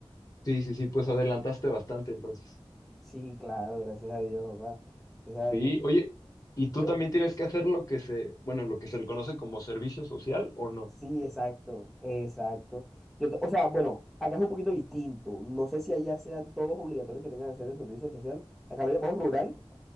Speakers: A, on the left; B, in the centre.
A: Sí, sí, sí, pues adelantaste bastante entonces.
B: Sí, claro, gracias a Dios, papá. Gracias a
A: Sí,
B: Dios.
A: oye, ¿y tú
B: Dígame.
A: también tienes que hacer lo que se, bueno, lo que se le conoce como servicio social o no?
B: Sí, exacto, exacto. Yo t- o sea, bueno, acá es un poquito distinto. No sé si allá sean todos obligatorios que tengan que hacer el servicio social. Acá lo llamamos rural,